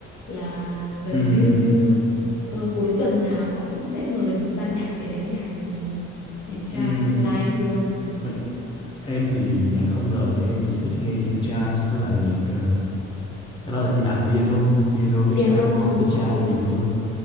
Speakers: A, on the left; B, on the left.
A: là gần
B: ừ
A: như cơ- cuối tuần nào họ cũng sẽ mời một ban nhạc về đánh nhạc ừ, nhạc jazz
B: ừ
A: live luôn
B: Mấy- em thì nhạc không lời thì em chỉ thích nghe nhạc jazz với lại nhạc ờ, cái đó là gì à piano piano với
A: piano
B: jazz nhưng
A: ồ
B: mà thích jazz
A: oh, ồ
B: nhiều hơn